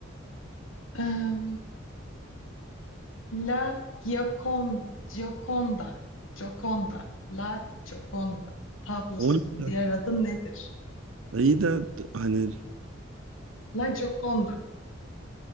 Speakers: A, on the left; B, on the right.
A: Eee, La Giacon, Gioconda, Gioconda, La Gioconda tablosunun
B: 12.
A: diğer adı nedir?
B: İyi de hani
A: La Gioconda.